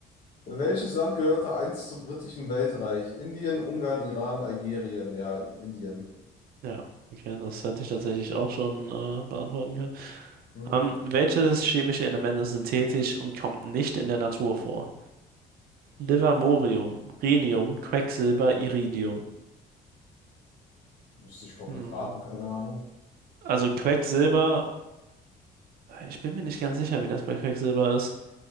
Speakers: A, on the left; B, on the right.
A: Welches Land gehörte einst zum britischen Weltreich? Indien, Ungarn, Iran, Algerien. Ja, Indien.
B: Ja, okay, das hätte ich tatsächlich auch schon äh, beantworten können.
A: Hm?
B: Ähm, welches chemische Element ist synthetisch und kommt nicht in der Natur vor? Livermorium, Rhenium, Quecksilber, Iridium.
A: Müsste ich komplett
B: Hm.
A: raten, keine Ahnung.
B: Also Quecksilber, ich bin mir nicht ganz sicher, wie das bei Quecksilber ist.